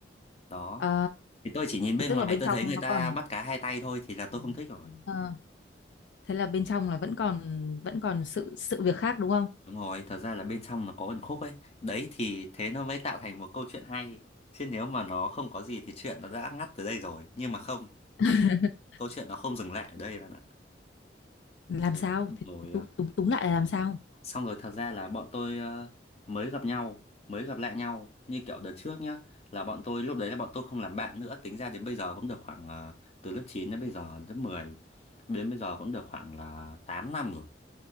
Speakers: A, on the left; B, on the left.
A: Đó,
B: ờ
A: thì tôi chỉ nhìn bên
B: thế tức
A: ngoài
B: là bên
A: tôi
B: trong
A: thấy người
B: nó
A: ta
B: còn
A: bắt cá hai tay thôi thì là tôi không thích rồi.
B: ờ, thế là bên trong là vẫn còn vẫn còn sự sự việc khác đúng không
A: Đúng rồi, thật ra là bên trong nó có ẩn khúc ấy. Đấy thì thế nó mới tạo thành một câu chuyện hay. Chứ nếu mà nó không có gì thì chuyện nó đã ngắt từ đây rồi. Nhưng mà không,
B: <laughs>
A: câu chuyện nó không dừng lại ở đây bạn ạ.
B: làm
A: Rồi,
B: sao thì
A: rồi
B: tú-
A: à,
B: túm túm lại là làm sao
A: Xong rồi thật ra là bọn tôi ờ, mới gặp nhau, mới gặp lại nhau như kiểu đợt trước nhá, là bọn tôi lúc đấy là bọn tôi không làm bạn nữa, tính ra đến bây giờ cũng được khoảng ờ, từ lớp 9 đến bây giờ lớp mười đến bây giờ cũng được khoảng là 8 năm rồi.